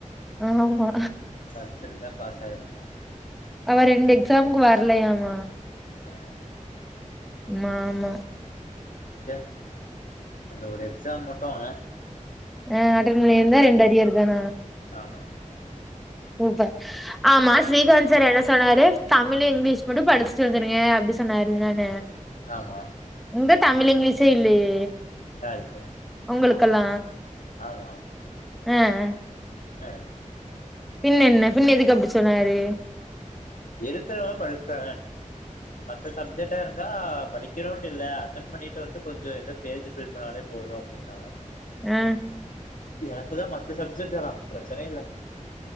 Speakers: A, in the centre; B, on the left (about 85°).
A: ஆமா
B: படிச்சிருந்தா பாஸ் ஆயிருக்குலா
A: அவ ரெண்டு எக்ஸாம்க்கு வரலையாமா
B: ஆ
A: ம் ஆமா
B: செ அந்த ஒரு எக்ஸாம் மட்டு அவ
A: ஆ அட்டன் பண்ணி இருந்தா ரெண்டு அரியர் தான
B: ஆமா
A: சூப்ப ஆமா ஸ்ரீகாந்த் சார் என்ன சொன்னாரு தமிழு இங்லீஷ் மட்டு படிச்ட்டு வந்துருங்க அப்டி சொன்னாரு நான
B: ஆமா
A: உங்க தமிழ் இங்லீஷே இல்லையே
B: யாருக்கு
A: உங்களுக்கல்லா
B: ஆமா
A: ஆ அ
B: அ
A: பின்ன என்ன பின்ன எதுக்கு அப்டிச்சொன்னாரு
B: இருக்குறவ படிச்டுவாங்க மத்த சப்ஜெக்டா இருந்தா படிக்கிறோன்டு இல்ல அட்டன் பண்ணிட்டு வந்து கொஞ்சோ எதொ பேஜ் ஃபில் பண்ணாலே போது அப்டின்னாங்க
A: ஆ
B: எனக்குதா மத்த சப்ஜெக்ட்ல தா பிரச்சனயே இல்ல